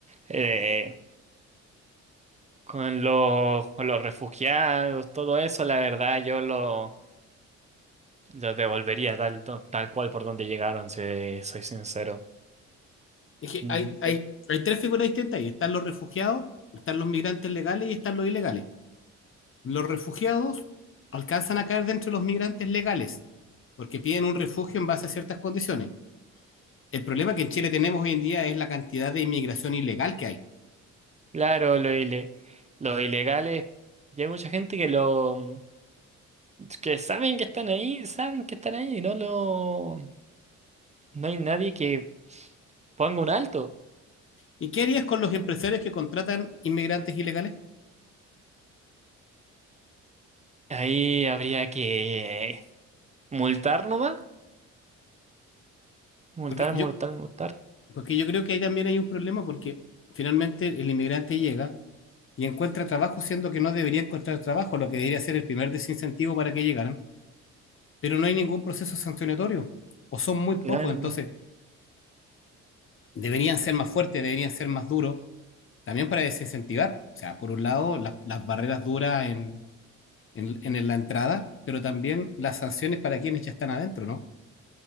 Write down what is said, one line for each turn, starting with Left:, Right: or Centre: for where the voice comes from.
Right: Eh, con los, con los refugiados, todo eso, la verdad, yo lo, lo devolvería tal, tal cual por donde llegaron, si soy sincero.
Left: Es que
Right: Mm.
Left: hay, hay, hay tres figuras distintas ahí. Están los refugiados, están los migrantes legales y están los ilegales. Los refugiados alcanzan a caer dentro de los migrantes legales, porque piden un refugio en base a ciertas condiciones. El problema que en Chile tenemos hoy en día es la cantidad de inmigración ilegal que hay.
Right: Claro, lo, ile- lo ilegal es, ya hay mucha gente que lo, mm, que saben que están ahí, saben que están ahí y no lo, no hay nadie que ponga un alto.
Left: ¿Y qué harías con los empresarios que contratan inmigrantes ilegales?
Right: Ahí habría que multar nomás, multar,
Left: Porque yo,
Right: multar, multar.
Left: porque yo creo que ahí también hay un problema porque finalmente el inmigrante llega y encuentra trabajo siendo que no debería encontrar trabajo, lo que debería ser el primer desincentivo para que llegaran, pero no hay ningún proceso sancionatorio o son muy pocos,
Right: Claro,
Left: entonces
Right: no.
Left: deberían ser más fuertes, deberían ser más duros, también para desincentivar, o sea, por un lado las, las barreras duras en, en, en la entrada, pero también las sanciones para quienes ya están adentro, ¿no?